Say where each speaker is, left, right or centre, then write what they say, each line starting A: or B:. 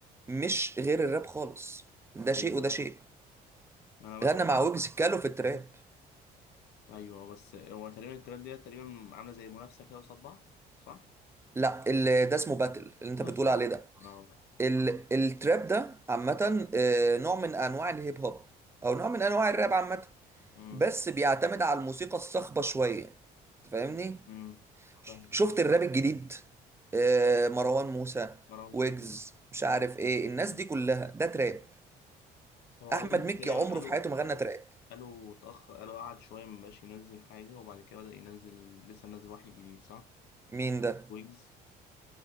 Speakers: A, on the right; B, on the left.
A: مش غير الراب خالص ده
B: ايوه
A: شيء وده شيء
B: انا بسمع
A: غنى مع ويجز كالو في التراب
B: ايوه بس هو تقريبا التراب ديت تقريبا عامله زي منافسه كده قصاد بعض صح؟
A: لا اللي ده اسمه باتل اللي انت
B: باتمان
A: بتقول عليه ده
B: اه
A: ال... التراب ده عامة آه، نوع من انواع الهيب هوب او نوع من انواع الراب عامة
B: امم
A: بس بيعتمد على الموسيقى الصاخبة شوية انت فاهمني
B: امم
A: ش-
B: فاهم
A: شفت الراب الجديد آه، مروان موسى
B: مروان
A: ويجز
B: موسى آه.
A: مش عارف ايه الناس
B: أمم.
A: دي كلها ده تراب
B: هو
A: احمد
B: ويجز
A: مكي
B: تقريبا
A: عمره
B: قالوا
A: في حياته ما غنى تراب
B: قالوا اتأخر قالوا قعد شويه مبقاش ينزل حاجه وبعد كده بدأ ينزل لسه منزل واحد جديد صح؟
A: مين ده
B: ويجز